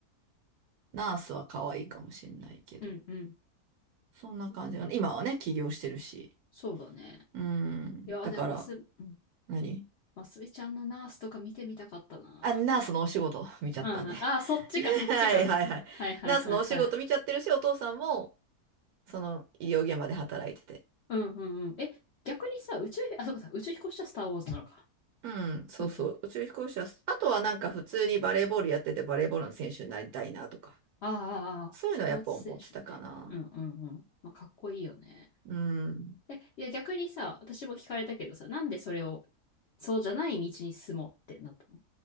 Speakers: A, on the right (about 75°); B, on the left (about 60°).
A: ナースは可愛いかもしんないけど。
B: うんうん。
A: そんな感じが、今はね、起業してるし。
B: そうだね。
A: うん。
B: いや、
A: だから、
B: でもマス、うん、
A: 何
B: マスミちゃんのナースとか見てみたかったな。
A: あ、ナースのお仕事見ちゃったんで。
B: うん。
A: <laughs>
B: あ、そっちか、そっちか。
A: はいはいはい。
B: はいはいはいはい。
A: ナースのお仕事見ちゃってるし、お父さんも、その医療現場で働いてて。
B: うんうんうん。え、逆にさ、宇宙、あ、そうかさ、宇宙飛行士はスターウォーズなのか。
A: うん、そうそう。
B: うんうん。
A: 宇宙飛行士は、あとはなんか普通にバレーボールやっててバレーボールの選手になりたいなとか、
B: ああ、ああ、ああスポーツ選手ね。
A: そういうのはやっぱ思ってたかな。
B: うんうんうん。まあ、かっこいいよね。
A: うん。
B: え、いや、逆にさ、私も聞かれたけどさ、なんでそれを、そうじゃない道に進もうってなったの